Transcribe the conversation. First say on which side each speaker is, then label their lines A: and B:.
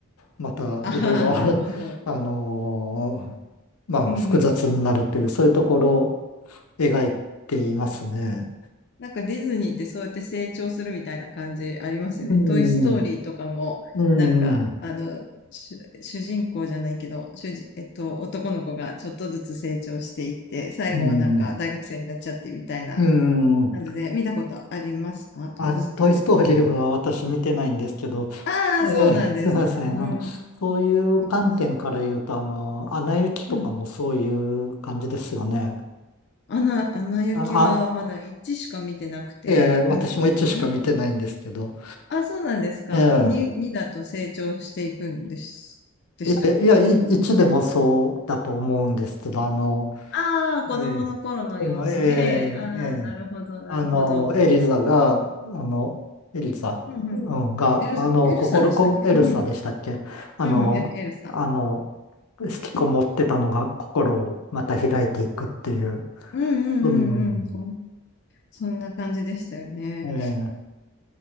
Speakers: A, on the left; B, on the left.
A: またいろいろ
B: ああ、なるほど。
A: <laughs> あのーまあ、
B: うんうんうん。
A: 複雑になるという、そういうところを描いていますね。
B: なんかディズニーってそうやって成長するみたいな感じありますよね。
A: うん、
B: トイ・ストーリーとかも、
A: う
B: なんか、
A: ん、
B: あの、主、主人公じゃないけど、主人、えっと、男の子がちょっとずつ成長していって、最後はなんか大学生になっちゃってみたいな
A: うん、うん。
B: 感じで、見たことありますかトイ・
A: あトイ・
B: ストーリーは。
A: ストーリーは私見てないんですけど、
B: ああ、
A: えーすいません。
B: そうなんですか。うん。
A: あの、そういう観点から言うと、
B: そっか
A: あの、アナ雪とかもそういう感じですよね。
B: うん。アナ、アナ雪はまだ1しか見てなくて、
A: あ、あ、あえー私も一しか見てないんですけど。
B: 2、2は、あ、そうなんですか。
A: ええ
B: 2、2だと成長していくんです、でしたっけ
A: いや、いや、い一でもそうだと思うんですけど、あの、
B: ああ、子供の頃の様子で、
A: ええこの、え
B: ああ、
A: えええあの、
B: なるほど、なるほど。
A: エリザが、あの、エリザ、
B: うんうん。
A: うん、が、
B: エル、
A: あの、
B: エルサでしたっけうん。
A: 心こ、エルサでしたっけあの、
B: うん、エル、エルサ。
A: あの、引きこもってたのが心をまた開いていくっていう、
B: うんうんうんうん。
A: うん、
B: そん、そんな感じでしたよね。
A: ええ